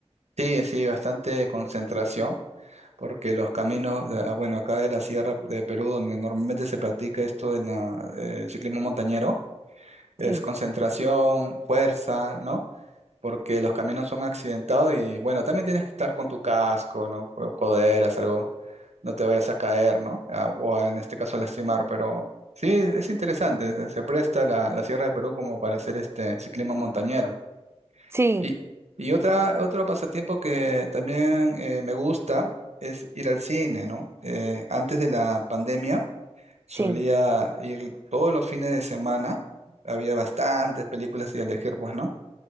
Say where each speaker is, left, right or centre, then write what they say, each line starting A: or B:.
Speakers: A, on the right; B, on the right.
A: Sí, sí, bastante concentración, porque los caminos, ah, bueno, acá de la sierra de Perú, donde normalmente se practica esto en la- eh, el ciclismo montañero, es
B: Sí.
A: concentración, fuerza, ¿no? porque los caminos son accidentados y bueno, también tienes que estar con tu casco, ¿no? Co- Coderas, algo, no te vayas a caer, ¿no? A- o a- en este caso a lastimar, pero sí, es interesante, se se presta la, la Sierra de Perú como para hacer este ciclismo montañero.
B: Sí.
A: Y, y otra, otro pasatiempo que también eh, me gusta es ir al cine, ¿no? Eh, antes de la pandemia solía
B: Sí,
A: ir todos los fines de semana, había bastantes películas y elegir, pues, ¿no?